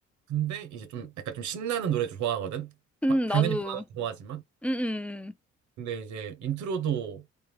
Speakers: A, on the right (about 70°); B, in the centre.
A: 근데 이제 좀 약간 좀 신나는 노래 좋아하거든?
B: 응
A: 바- 당연히
B: 나도.
A: 바라도 좋아하지만.
B: 음, 음.
A: 근데 이제 인트로도